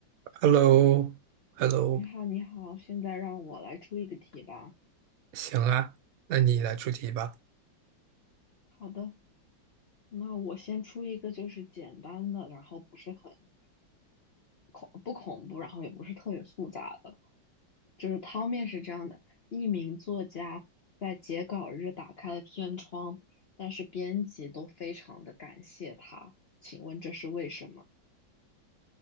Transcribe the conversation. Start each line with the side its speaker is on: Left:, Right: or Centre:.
Right: h e l l o h e l l o
Left: 你好，你好，现在让我来出一个题吧。
Right: 行啊，那你来出题吧。
Left: 好的，那我先出一个，就是简单的，然后不是很恐不恐怖，然后也不是特别复杂的。就是汤面是这样的：一名作家在截稿日打开了天窗，但是编辑都非常的感谢他。请问这是为什么？